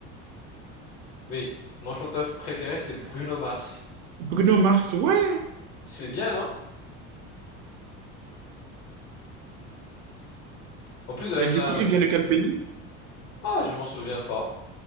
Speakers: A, on the left; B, on the right.
A: Oui, mon chanteur préféré, c'est Bruno Mars.
B: Bruno Mars, ouais.
A: C'est bien, non? En plus avec
B: Et du
A: la...
B: coup il vient de quel pays?
A: Ah, je m'en souviens pas.